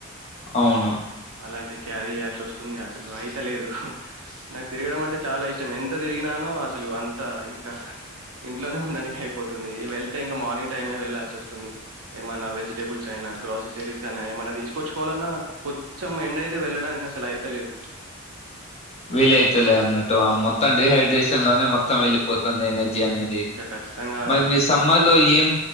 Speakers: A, on the left; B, on the right.
A: అవును
B: అలాంటివి క్యారీ చేయాల్సి వస్తుంది అసలు అయితేలేదు, నాకు తిరగడం అంటే చాలా ఇష్టం ఎంత తిరిగినానో అసలు అంత ఇంకా ఇంట్లోనే ఉండనికి అయిపోతుంది వెళ్తే ఇంకా మార్నింగ్ టైమే వె వెళ్లాల్సి వస్తుంది ఏమన్నా వెజిటబుల్స్ అయినా, గ్రోససరీస్ అ ఏమన్నా తీసుకొచ్చుకోవాలన్నా, కొంచెం ఎండ అయితే వెళ్ళడానికి అసలు అయితలేదు
A: వీల అవుతులే అన్నట్టు
B: అవునవును
A: మొత్తం డిహైడ్రేషన్ లోనే మొత్తం
B: ఆ
A: వెళ్ళిపోతుంది ఎనర్జీ అనేది,
B: ఇంకా ఖచ్చితంగా
A: మరి మీ సమ్మర్లో ఏం